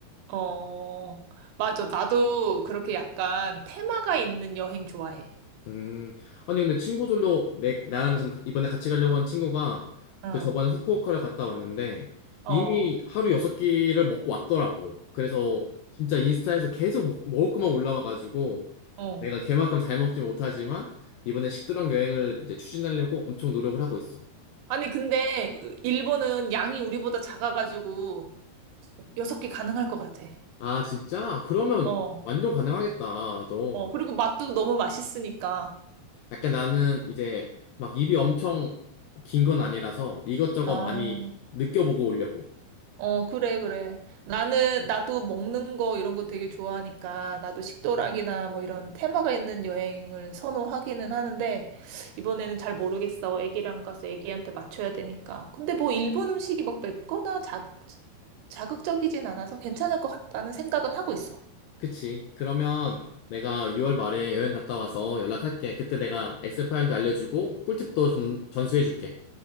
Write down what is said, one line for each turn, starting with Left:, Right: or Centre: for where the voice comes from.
Right: 어, 맞아. 나도 그렇게 약간 테마가 있는 여행 좋아해.
Left: 음, 아니 근데 친구들로 내 나랑 좀 이번에 같이 가려고 한 친구가
Right: 어,
Left: 그 저번에 후쿠오카를 갔다 왔는데
Right: 어,
Left: 이미 하루 여섯 끼를 먹고 왔더라고. 그래서 진짜 인스타에서 계속 먹, 먹을 것만 올라와가지고
Right: 어.
Left: 내가 걔만큼 잘 먹지 못하지만 이번에 식도락 여행을 이제 추진하려고 엄청 노력을 하고 있어.
Right: 아니, 근데 일본은 양이 우리보다 작아가지고 여섯 개 가능할 것 같아.
Left: 아 진짜? 그러면
Right: 어,
Left: 완전 가능하겠다. 나도
Right: 어, 그리고 맛도 너무 맛있으니까.
Left: 약간 나는 이제 막 입이 엄청 긴 건 아니라서 이것저것
Right: 아,
Left: 많이 느껴보고 오려고.
Right: 어, 그래, 그래. 나는, 나도 먹는 거 이런 거 되게 좋아하니까 나도 식도락이나 뭐 이런 테마가 있는 여행을 선호하기는 하는데 이번에는 잘 모르겠어. 애기랑 가서 애기한테 맞춰야 되니까. 근데 뭐 일본 음식이 막 맵거나 자, 자극적이진 않아서 괜찮을 것 같다는 생각은 하고 있어.
Left: 그치. 그러면 내가 6월 말에 여행 갔다 와서 연락할게. 그때 내가 엑셀 파일도 알려주고 꿀팁도 전, 전수해줄게.